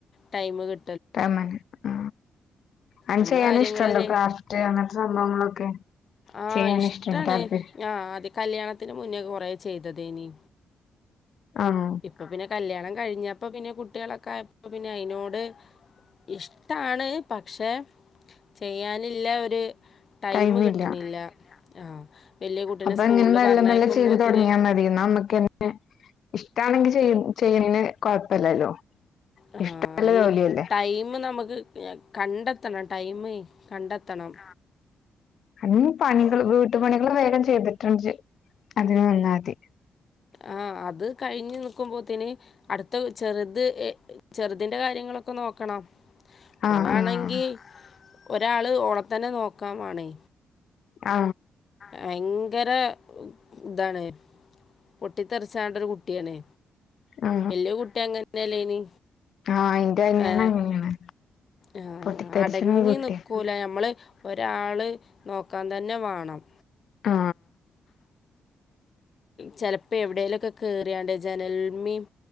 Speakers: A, on the left; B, on the left.
A: ടൈമ് കി
B: ആ മോന് ആ അത്
A: നമ്മളെ
B: ചെയ്യാന്
A: കാര്യങ്ങള്
B: ഇഷ്ടൊണ്ടോ
A: ചെയ്
B: ക്രാഫ്റ്റ് അങ്ങനത്തെ സംഭവങ്ങളൊക്കെ
A: ആഹ്
B: ചെയ്യാനിഷ്ടുണ്ട്
A: ഇഷ്ടാണ്
B: താല്പര്യം
A: ആഹ് ആദ്യ കല്യാണത്തിന് മുന്നേ കൊറേ ചെയ്തതേനി
B: ആഹ്
A: ഇപ്പൊ പിന്നെ കല്യാണം കഴിഞ്ഞ അപ്പോ പിന്നെ കുട്ടികളൊക്കെ ആയപ്പോൾ പിന്നെ അതിനോട് ഇഷ്ടമാണ് പക്ഷേ ചെയ്യാനില്ല ഒരു ടൈം
B: ടൈമില്ല
A: കിട്ടണില്ല ആ വലിയ കുട്ടിനെ
B: അപ്പൊ
A: സ്കൂളില്
B: ഇങ്ങനെ മെല്ലെ
A: പറഞ്ഞയക്കുമ്പോത്തിന്
B: മെല്ലെ ചെയ്ത് തുടങ്ങിയാ മതി നമ്മുക്ക്ന്നെ ഇഷ്ടമാണെങ്കിൽ ചെയ്യണന് കൊഴപ്പല്ലല്ലോ
A: ആ
B: ഇഷ്ടള്ള
A: ഇനി
B: ജോലിയല്ലേ
A: ടൈം നമുക്ക് ക്ക് ഞ കണ്ടെത്തണം ടൈമ് കണ്ടെത്തണം
B: അ പണികൾ വീട്ടുപണികള് വേഗം ചെയ്തിട്ടുണ്ട് അതിന് നിന്നാതി
A: ആ അത് കഴിഞ്ഞു നിക്കുമ്പോത്തേന് അടുത്ത ചെറുത് ചെറുതിന്റെ കാര്യങ്ങളൊക്കെ നോക്കണം
B: ആഹ്
A: ഓളാണെങ്കിൽ
B: ആഹ്
A: ഒരാള് ഓളെത്തന്നെ നോക്കാൻ വണേ
B: ആ
A: ഭയങ്കര ഇതാണ് പൊട്ടിത്തെറിച്ചാണ്ട് ഒരു കുട്ടിയാണ്
B: ആ
A: വല്യ കുട്ടി അങ്ങനെയല്ലേനി
B: ആ അയിന്റെ അനിയൻ
A: ഏ
B: അങ്ങനെയാണ്
A: ആ
B: പൊട്ടിത്തെറിച്ച്ണ
A: അടങ്ങി
B: ഒരു കുട്ടിയാ
A: നിക്കൂല നമ്മള് ഒരാ ആള് നോക്കാൻ തന്നെ വാണം
B: ആ
A: ചെലപ്പോ എവിടെലുംഒക്കെ കേറിയാണ്ട് ജനൽമേം